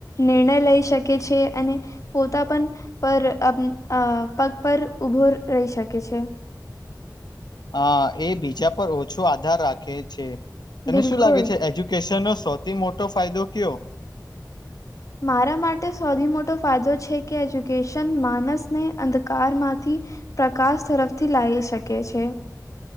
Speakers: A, on the left; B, on the left.
A: નિર્ણય લઈ શકે છે અને પોતા પણ પર અ પગ પર ઉભો રહી શકે છે.
B: અ એ બીજા પર ઓછો આધાર રાખે છે તને
A: બિલકુલ
B: શું લાગે છે એજ્યુ કેશન નો સૌથી મોટો ફાયદો કયો
A: મારા માટે સૌથી મોટો ફાયદો છે કે એજ્યુકેશન માણસને અંધકારમાંથી પ્રકાશ તરફથી લાવી શકે છે